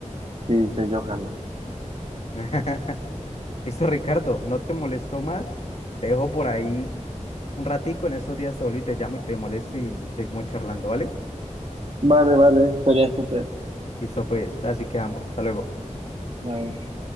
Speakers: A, on the right; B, on the left.
A: sí, se yo jalo.
B: <laughs> Listo, Ricardo, no te molesto más. Te dejo por ahí un ratico. En esos días te vuelvo y te llamo y te molesto y, y seguimos charlando, ¿vale?
A: Vale, vale, estaría súper.
B: Listo, pues, así quedamos. Hasta luego.
A: Ay.